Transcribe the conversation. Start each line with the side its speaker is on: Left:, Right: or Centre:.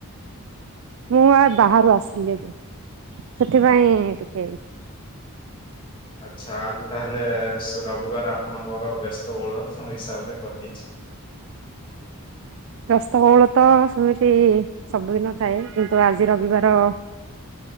Right: ମୁଁ ଆ ବାହାରୁ ଆସିଲି ଆ ଯେ ସେଥିପାଇଁ ଟିକେ
Left: ଆଚ୍ଛା ଆଜି ତାହେଲେ ରବିବାର ଆପଣଙ୍କର ବ୍ୟସ୍ତବହୁଳ ହିସାବରେ କଟିଚି।
Right: ବ୍ୟସ୍ତ ବହୁଳତା ତ ସେମିତି ସବୁଦିନ ଥାଏ କିନ୍ତୁ ଆଜି ରବିବାର